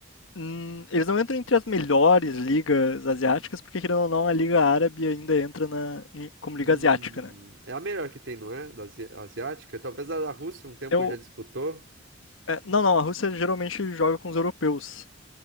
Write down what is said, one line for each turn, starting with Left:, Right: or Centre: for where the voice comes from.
Left: hum, eles não entram entre as melhores ligas asiáticas, porque querendo ou não, a Liga Árabe ainda entra na, em- como Liga
Right: Hum,
Left: Asiática, né?
Right: é a melhor que tem, não é? Da asi- asiática? Talvez a da Rússia um tempo
Left: Eu,
Right: já disputou.
Left: é, não, não, a Rússia geralmente joga com os europeus,